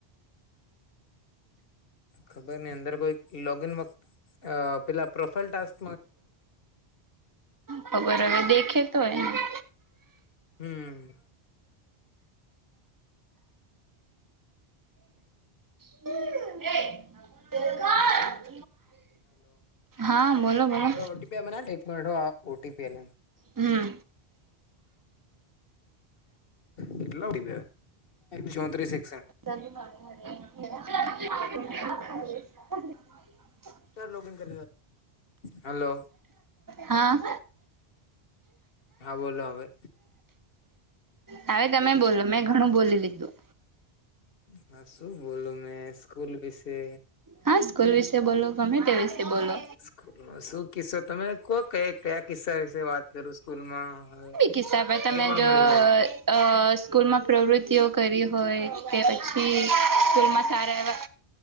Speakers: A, on the left; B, on the right.
A: ખબર નહીં અંદર કોઈ લોગઇન વત અહ પેલા પ્રોફાઈલ ટાસ્ક
B: ખબર હવે દેખે તો હોયને.
A: હમ્મ. હમ્મ.
B: <inaudible> હા બોલો બોલો
A: હલો ઓપી એક મ ઓટીપી એ
B: હમ
A: કેટલા ઉડી ચોત્રીસે
B: <inaudible>
A: કરી હલો
B: હા
A: હા બોલો હવે
B: હવે તમે બોલો મેં ઘણું બોલી લીધું
A: હા શું બોલું મેં સ્કૂલ વિશે
B: હા સ્કૂલ વિશે બોલો ગમે તે વિશે બોલો
A: સ્કૂલ ન શું કિસ્સો તમે કો ક કયા કિસ્સા વિશે વાત કરું સ્કૂલમાં હવે
B: હિસાબે તમે
A: એ પણ
B: જો
A: મને અંદાજ
B: સ્કૂલમાં પ્રવૃત્તિઓ કરી હોય કે પછી સ્કૂલમાં સારા એવા